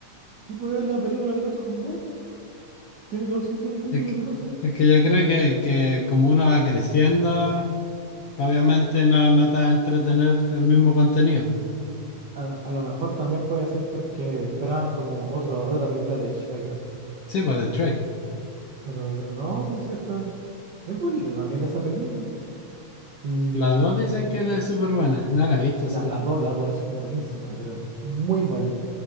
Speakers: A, on the right; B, on the left.
A: Tipo, es la película del gato con botas. Tiene todo el sentido del mundo
B: Es
A: lo
B: que,
A: que pasa ahí.
B: es que yo creo que, que como uno va creciendo, obviamente no, no te va a entretener el mismo contenido. po.
A: A, lo a lo mejor también puede ser porque esperaban como otro, otra película de Shrek así.
B: Sí, pues de Trek.
A: Pero, pero no, pues sí está. Es bonita también esa película. Y
B: Las dos dicen que es súper buena. No la he visto,
A: La,
B: sí.
A: las dos, las dos es buenísima, pero muy buena.